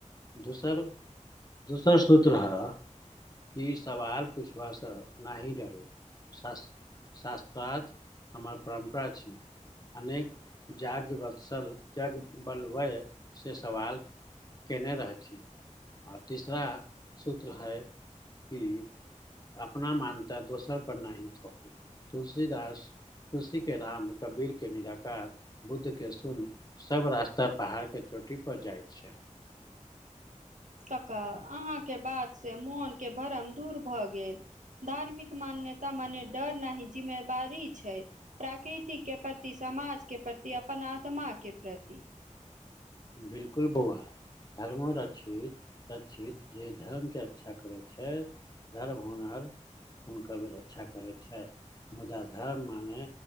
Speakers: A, on the left; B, on the right.
A: दोसर दोसर सूत्र ह की सवाल पूछबासँ नहि डरू। शास्त्र शास्त्रार्थ हमर परम्परा छी। अनेक जागवत्सल जागबल्वय से सवाल कयने रहथिन, आओर तीसरा सूत्र हइ कि अपना मान्यता दोसर पर नहि थोपू, तुलसीदास तुलसी के राम, कबीर के निराकार, बुद्ध के शून्य सब रास्ता पहाड़ के चोटी पर जाइत छै।
B: कका अहाँके बातसे मोनके भरम दूर भऽ गेल। धार्मिक मान्यता मने डर नहि जिम्मेवारी छै। प्राकृति के प्रति, समाज के प्रति, अपन आत्मा के प्रति
A: बिलकुल बौआ। धर्मो रक्षित रक्षित जे धर्मके रक्षा करै छै गर्व हुनर हुनकर रक्षा करैत छथि मुदा धर्म माने